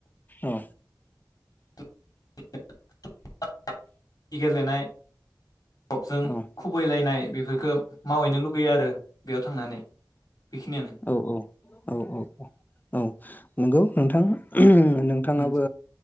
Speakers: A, on the left; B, on the left.
A: औ।
B: <unintelligible> गेलेनाय रबजों
A: औ
B: खुबैलायनाय बेफोरखो मावहैनो लुगैयो आरो। बेयाव थांनानै। बेखिनियानो
A: औ औ औ औ औ औ नोंगौ। नोंथां। नोंथाङाबो
B: उम